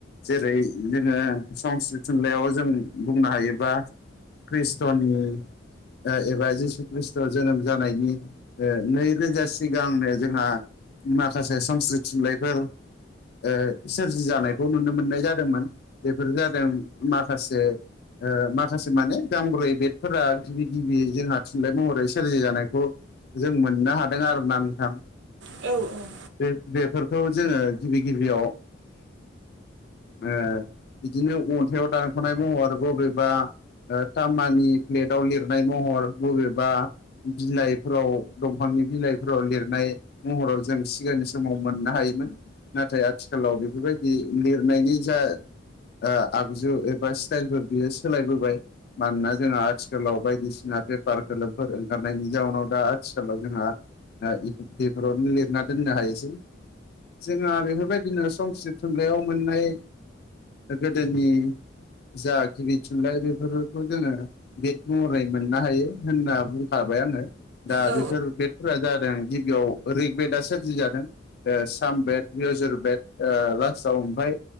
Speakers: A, on the left; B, on the right.
A: जेरै जोङो संस्कृत थुनलाइयाव जों बुंनो हायोबा कृष्टनि ओ एबा जिसु खृष्ट' जोनोम जानायनि ओ नै रोजा सिगांनो जोंहा माखासे संस्कृत थुनलाइफोर ओ सोरजि जानायखौ नुनो मोननाय जादोंमोन बेफोर जादों माखासे ओ माखासे माने गांब्रै बेदफोरा गिबि गिबि जोंहा थुनलाइ महरै सोरजि जानायखौ जों मोननो हादों आरोना नोंथां
B: औ औ
A: बे बेफोरखौ जोङो गिबि गिबियाव ओ बिदिनो अन्थाइाव दानख'नाय महर बबेबा ओ तामानि प्लेटाव लिरनाय महर बबेबा बिलाइफोराव दंफांनि बिलाइफोराव लिरनाय महराव जों सिगांनि समाव मोननो हायोमोन। नाथाय आथिखालाव बेफोरबायदि लिरनायनि जा ओ आगजु एबा स्टाइलफोर बियो सोलायबोबाय। मानोना जोंहा आथिखालाव बायदिसिना पेपार खोलोमफोर ओंखारनायनि जाउनाव दा आथिखालाव जोंहा ओ इ बेफोरावनो लिरना दोननो हायोसै। जोंहा बेफोरबायदिनो संकृत थुनलाइयाव मोननाय गोदोनि जा गिबि थुनलाइ बेफोरखौथ' जोङो बेद महरै मोननो हायो होनना बुंखाबाय आङो। दा बेफोर
B: औ
A: बेडफोरा जादों गिबियाव रिक बेदआ सोरजि जादों ओ साम बेड यजुर बेड ओ लास्टआव ओमफ्राय